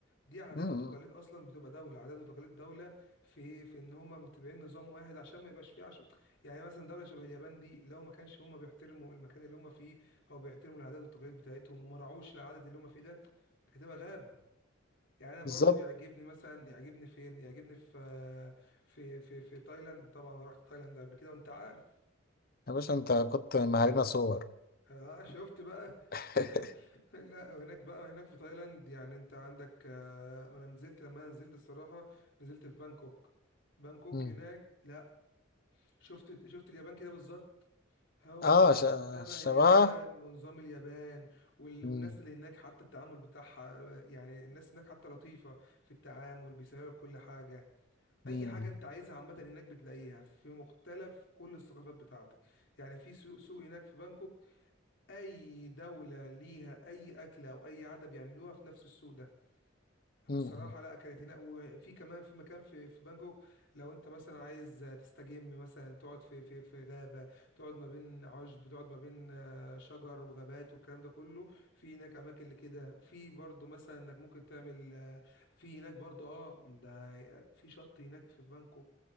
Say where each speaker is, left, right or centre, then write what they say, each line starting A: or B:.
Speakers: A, on the left; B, on the left.
A: دي عادات
B: مم.
A: وتقاليد اصلا بتبقى دوله عادات وتقاليد دوله في في ان هم متبعين نظام واحد عشان ما يبقاش فيه عشو يعني مثلا دوله شبه اليابان دي لو ما كانش هم بيحترموا المكان اللي هم فيه او بيحترموا العادات والتقاليد بتاعتهم وما راعوش العدد اللي هم فيه ده كانت هتبقى غابه يعني انا برضو
B: بالظبط
A: يعجبني مثلا يعجبني فين يعجبني في في في في تايلاند طبعا انا رحت تايلاند قبل كده وانت عارف
B: يا باشا أنت كنت مهارينا صور
A: آه شفت بقى
B: <laughs>
A: <laughs> لا وهناك بقى هناك في تايلاند يعني انت عندك آه، انا نزلت لما انا نزلت الصراحة نزلت في بانكوك بانكوك
B: مم.
A: هناك لا شفت شفت اليابان كده بالظبط هو
B: آه
A: شبه
B: ش...
A: شبه اليابان
B: شبهها
A: ونظام اليابان وال...
B: مم.
A: والناس اللي هناك حتى التعامل بتاعها آه، يعني الناس هناك حتى لطيفة في التعامل بيسهلوا لك كل حاجة اي
B: مم.
A: حاجة انت عايزها عامة هناك بتلاقيها في مختلف كل الثقافات بتاعتك يعني في سوق سوق هناك في بانكوك اي دولة ليها اي اكلة او اي عادة بيعملوها في نفس السوق ده انا
B: مم.
A: الصراحة لا اكلتنا وفي كمان في مكان في في بانكوك لو انت مثلا عايز تستجم مثلا تقعد في في في غابة تقعد ما بين عشب تقعد ما بين آه، شجر وغابات والكلام ده كله في هناك اماكن لكده في برضو مثلا انك ممكن تعمل آه، في هناك برضو اه ده في شط هناك في بانكوك